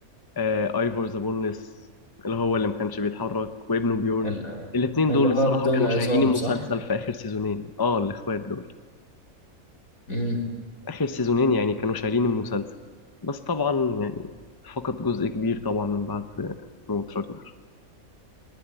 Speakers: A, on the left; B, on the left.
A: آه ايفور ذا بونلس اللي هو اللي ما كانش بيتحرك وابنه بيورن
B: ال-
A: الاتنين
B: اللي
A: دول اللي
B: هو
A: هم الصراحة
B: بدون
A: كانوا
B: عظام
A: الاخوات شايلين دول
B: صح؟
A: صح؟ المسلسل في آخر سيزونين اه الإخوات دول
B: مم.
A: آخر سيزونين يعني كانوا شايلين المسلسل بس طبعا يعني فقد جزء كبير طبعا من بعد موت راجنر